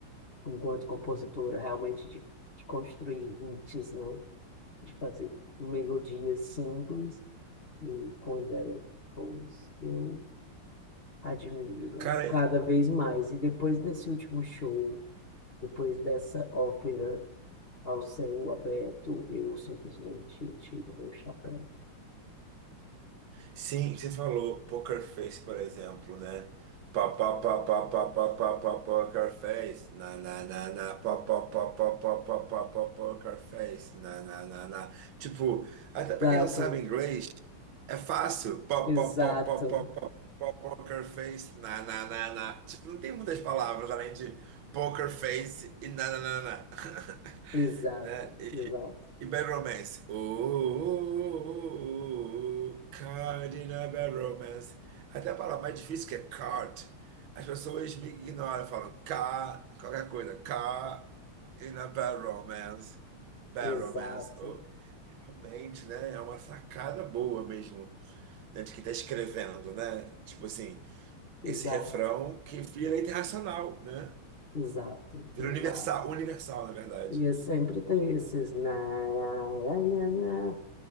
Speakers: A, on the left; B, on the right.
A: enquanto compositora, realmente de, de construir hits, né? De fazer melodias simples e com ideias boas. Eu admiro
B: Cara,
A: cada vez mais. E depois desse último show, depois dessa ópera. ao céu aberto, eu simplesmente tiro meu chapéu.
B: Sim, você falou poker face, por exemplo, né? Pá, pá, pá, pá, pá, pá, pá, pá, poker face. Na, na, na, na, pá, pá, pá, pá, pá, pá, pá, pá, poker face. Na, na, na, na. Tipo, até pra
A: Exato,
B: quem não sabe inglês, é fácil. Pá,
A: exato,
B: pá, pá, pá, pá, pá, poker face. Na, na, na, na. Tipo, não tem muitas palavras além de poker face e na, na, na, na. <laughs>
A: exato,
B: né?
A: exato,
B: E Bad Romance. Oh, oh, oh, oh, card in a Bad Romance. Até a palavra mais difícil que é card. As pessoas me ignoram, falam car, qualquer coisa. Car in a Bad Romance. Bad
A: exato,
B: Romance. Oh, realmente, né? É uma sacada boa mesmo, né? De quem tá escrevendo, né? Tipo assim,
A: exato,
B: esse refrão que vira internacional, né?
A: exato,
B: Vira
A: exato.
B: universal, universal, na verdade.
A: E eu sempre tenho esses na, na, na, na,